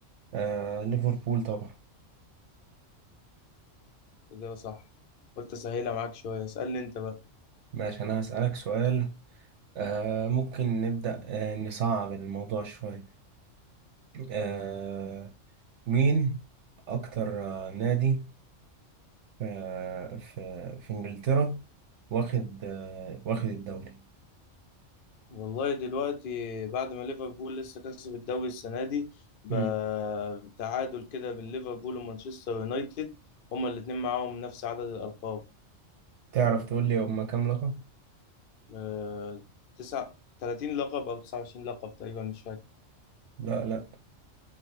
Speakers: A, on the right; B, on the left.
A: آه، ليفربول طبعا
B: إجابة صح قلت أسهلها معاك شوية اسألني أنت بقى
A: ماشي أنا هسألك سؤال آه ممكن نبدأ آه نصعب الموضوع شوية آه مين أكتر آه نادي آه في في إنجلترا واخد آه واخد الدوري
B: والله دلوقتي بعد ما ليفربول لسه كسب الدوري السنة دي ب-
A: مم.
B: بتعادل كده بين ليفربول ومانشستر يونايتد هما الاتنين معاهم نفس عدد الألقاب
A: تعرف تقول لي هما كام لقب؟
B: آه، تسع 30 لقب أو 29 لقب تقريبا مش فاكر
A: لا لا